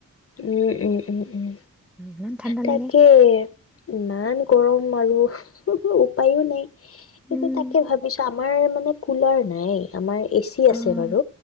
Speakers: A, on the left; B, in the centre.
A: উম উম উম উম
B: ইমান ঠাণ্ডা
A: তাকে
B: লাগে
A: ইমান গৰম আৰু হুমহু উপায়ো নাই
B: উম,
A: কি তাকে ভাবিছো আমাৰ মানে কুলাৰ নাই আমাৰ এচি আছে
B: অ',
A: বাৰু